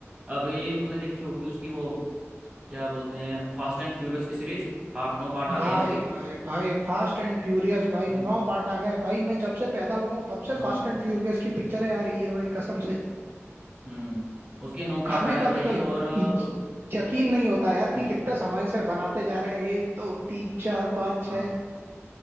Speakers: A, on the right (about 20°); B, on the right (about 50°).
A: अभी तुमने देखी होगी उसकी वो क्या बोलते हैं फास्ट एंड फ्यूरियस की सीरीज आठ नौ पार्ट आ
B: भाई
A: गए हैं उसके
B: भाई भाई फास्ट एंड फ्यूरियस भाई
A: हम्म,
B: नौ पार्ट आ गए भाई मैं जब से पैदा हुआ हूँ तब से
A: नौ
B: फास्ट एंड फ्यूरियस की पिक्चरें आ रही है भाई कसम से
A: हम्म उसके नौ पार्ट
B: कभी
A: आ गए
B: कभी
A: भाई
B: तो य-
A: और उस
B: यकीन नहीं होता यार कि
A: हम्म
B: कितने समय से बनाते जा रहे हैं एक दो तीन चार पाँच छह
A: हाँ